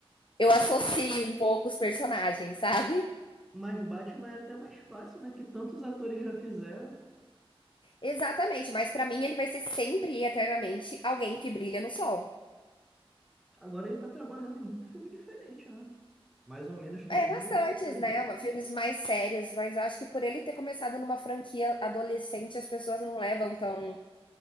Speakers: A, on the left (about 55°); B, in the centre.
A: eu
B: Mas,
A: associo um pouco os personagens, sabe?
B: mas Batman é até mais fácil, né? Que tantos atores já fizeram.
A: Exatamente, mas pra mim ele vai ser sempre e eternamente alguém que brilha no sol.
B: Agora ele tá trabalhando em muito filme diferente, né? Mais ou menos que
A: É,
B: nem
A: bastantes,
B: o
A: né? Uma- Filmes mais sérios, mas eu acho que por ele ter começado numa franquia adolescente, as pessoas não levam tão,